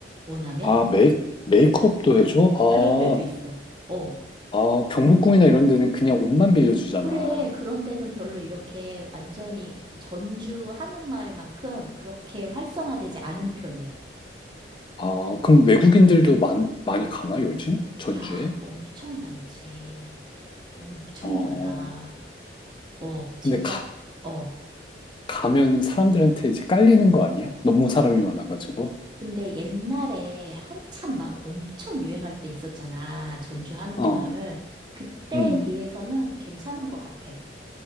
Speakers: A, on the right; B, on the left.
A: 원하면?
B: 아, 메이, 메이크업도 해줘? 아,
A: 그런 데도 있어. 어.
B: 아, 경복궁이나 이런 데는 그냥 옷만 빌려주잖아.
A: 그래. 그런 데는 별로 이렇게 완전히 전주 한옥마을만큼 그렇게 활성화되지 않은 편이야.
B: 아, 그럼 외국인들도 많, 많이 가나, 요즘? 전주에?
A: 야, 엄청 많지. 엄청
B: 어,
A: 많아. 어, 진짜,
B: 근데 가,
A: 어.
B: 가면 사람들한테 이제 깔리는 거 아니야? 너무 사람이 많아가지고.
A: 근데 옛날에 한참 막 엄청 유행할 때 있었잖아. 전주 한옥마을.
B: 어,
A: 그때에
B: 음,
A: 비해서는 괜찮은 것 같아.